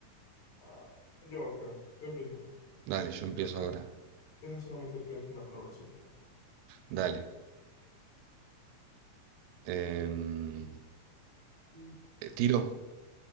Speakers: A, on the left; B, on the right.
A: Ah, yo creo. Tú empiezas ahora.
B: Dale, yo empiezo
A: Deja
B: ahora.
A: deja solamente pienso en la palabra súper rápido.
B: Dale. Em,
A: ¿Qué sí
B: eh, tiro.
A: pienso?